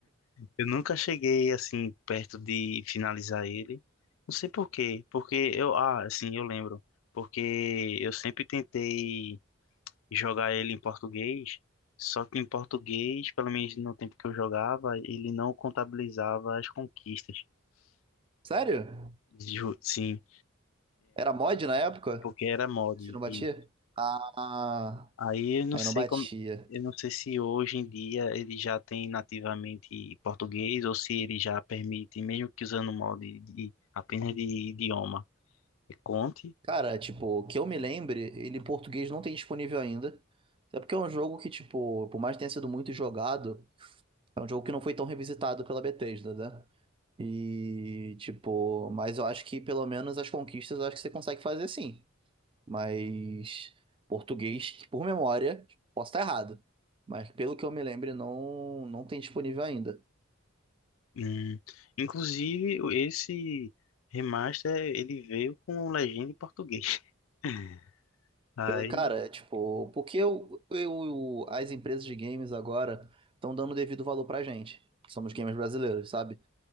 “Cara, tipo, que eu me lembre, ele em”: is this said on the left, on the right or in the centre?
Right